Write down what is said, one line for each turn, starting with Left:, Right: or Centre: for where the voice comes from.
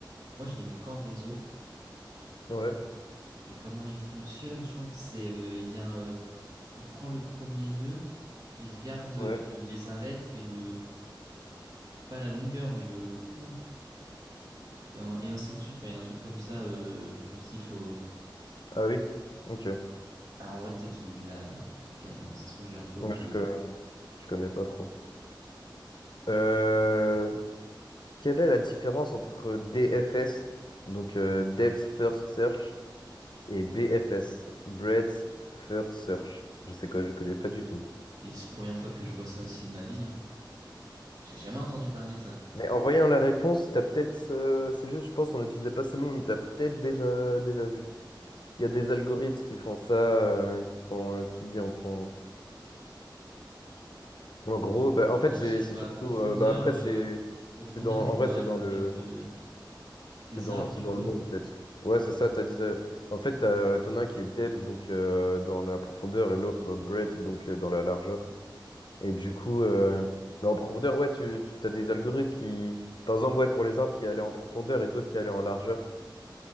Right: Moi, je l'ai vu qu'en réseau.
Left: ouais,
Right: Mais comment il fonctionne? Je crois que c'est, euh, il vient, euh, il prend le premier nœud, il regarde
Left: ouais.
Right: euh, les arêtes et le, pas la longueur, mais le, le coup, et, en- et ainsi de suite. Enfin, il y a un truc comme ça euh, récursif au.
Left: Ah oui? Ok.
Right: Ah, en vrai, peut-être je dis de la, de la merde. Ça se trouve, j'ai un peu oublié.
Left: Ouais, Je, co- je connais pas trop. Euh, Quelle est la différence entre DFS, donc euh, Depth First Search, et B F S Bread's First Search. Je sais quoi, je connais pas du tout.
Right: Et c'est la première fois que je vois ça aussi de ma vie, hein. J'ai jamais entendu parler de ça.
Left: Mais en voyant la réponse, t'as peut-être, euh, c'est juste, je pense, on n'utilisait pas ces mots, mais t'as peut-être déjà, déjà vu. Il y a des algorithmes qui font ça, euh, qui font euh, ce qu'il dit en, prend. en gros. Bah, en fait,
Right: Bah,
Left: c'est
Right: je sais
Left: c'est
Right: pas,
Left: surtout,
Right: profondeur,
Left: euh, bah, après,
Right: euh,
Left: c'est
Right: profondeur,
Left: c'est dans, en
Right: je vois
Left: vrai, c'est
Right: algorithme
Left: dans le,
Right: euh, des
Left: c'est dans,
Right: arbres,
Left: c'est
Right: tu
Left: dans
Right: vois.
Left: le nom, en fait. Ouais, c'est ça, t'as dit, euh, en fait, t'as- t'en as un qui est depth, donc euh, dans la profondeur, et l'autre euh, breadth, donc euh, dans la largeur. Et du coup, euh, mais en profondeur, ouais, tu, tu as des algorithmes qui, par exemple, ouais, pour les arbres qui allaient en profondeur et d'autres qui allaient en largeur.